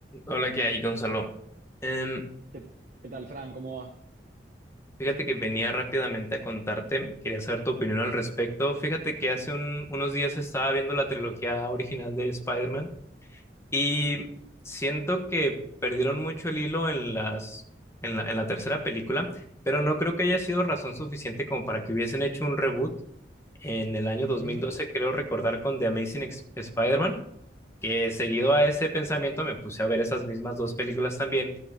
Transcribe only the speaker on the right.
¿Qué, qué tal, Fran? ¿Cómo va?
Ujú.